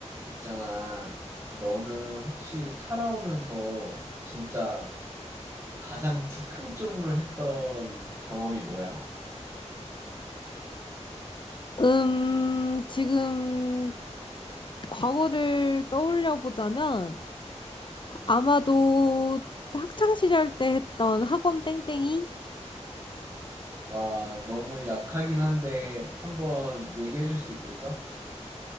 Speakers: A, on the right; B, on the left.
A: 있잖아. 너는 혹시 살아오면서 진짜 가장 즉흥적으로 했던 경험이 뭐야?
B: 음, 지금 과거를 떠올려 보자면 아마도 학창 시절 때 했던 학원 땡땡이?
A: 와, 너무 약하긴 한데 한번 얘기해 줄 수 있겠어?